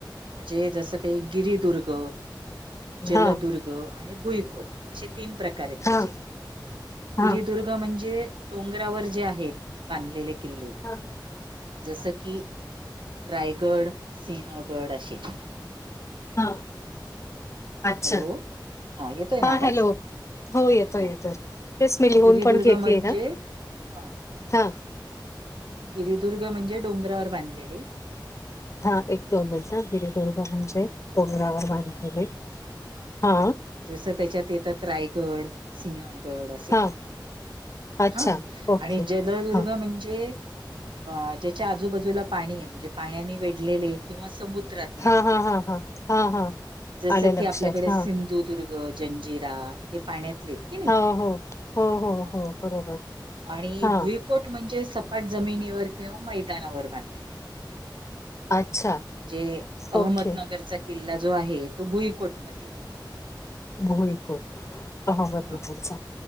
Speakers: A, on the right; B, on the left.
A: म्हणजे जसं काही गिरदुर्ग, जलदुर्ग,.....
B: हां,
A: आणि भुईकोट असे तीन प्रकार आहेत
B: हां,
A: त्याचे
B: हां,
A: गिरदुर्ग... म्हणजे डोंगरावर जे आहेत बांधलेले किल्ले..
B: हां,
A: जस की रायगड सिंहगड असे...
B: हा अच्छा....
A: हॅलो येतोय ना
B: हा
A: आवाज
B: हॅलो हो येतो
A: हा
B: येतो तेच मी लिहून
A: गिरिदुर्ग
B: पण घेेतये
A: म्हणजे
B: ना...
A: हा.
B: हा
A: गिरीदुर्ग म्हणजे डोंगरावर बांधलेले.
B: हा एक दोन मिनट ना गिरीदुर्गा म्हणजे डोंगरावर बांधलेले हां,
A: जस त्याच्यात येतात रायगड, सिंहगड असे.
B: हां, अच्छा.
A: हा
B: ओके.
A: आणि जलदुर्ग
B: हां,
A: म्हणजे. अ ज्याच्या आजूबाजूला पाणी आहे म्हणजे पाण्याने वेढलेले किंवा समुद्रात.
B: हा हा हा हा हा हा
A: जसं
B: आलं
A: की
B: लक्षात
A: आपल्याकडे
B: हा.
A: सिंधुदुर्ग जंजीरा. हे पाण्यातलेत की नाही
B: हो, हो, हो, हो,
A: हा
B: हो, बरोबर.
A: आणि
B: हां,
A: भुई. कोट म्हणजे सपाट जमिनीवर किंवा मैदानावर बांधलेले.
B: अच्छा.
A: म्हणजे अहमदनगरचा
B: ओके.
A: किल्ला जो आहे तो भुईकोट मध्ये येईल.
B: भुईकोट अहमदनगरचा
A: हा